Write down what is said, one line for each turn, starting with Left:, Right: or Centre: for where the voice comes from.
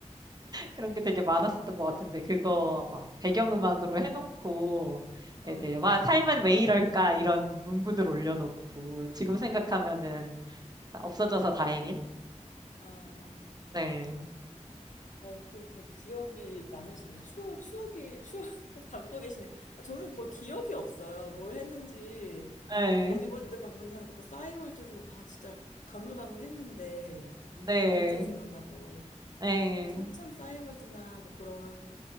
Right: 그런 게 되게 많았었던 것 같은데, 그거 막 배경음악으로 해놓고,
Left: 아,
Right: 애들, 와, 삶은 왜 이럴까? 이런 문구들 올려놓고, 지금 생각하면은
Left: 어,
Right: 다 없어져서 다행인?
Left: 아,
Right: 네.
Left: 어, 그 되게 기억이 많으시네. 추억, 추억이, 추억 <laughs> 담고 계시네. 아, 저는 거의 기억이 없어요. 뭘 했는지.
Right: 네.
Left: 버디버디도 방금 생각났고, 싸이월드도, 와, 진짜 가물가물했는데,
Right: 네.
Left: 인제 생각나고.
Right: 네.
Left: 맞아, 한참 싸이월드나 뭐 그런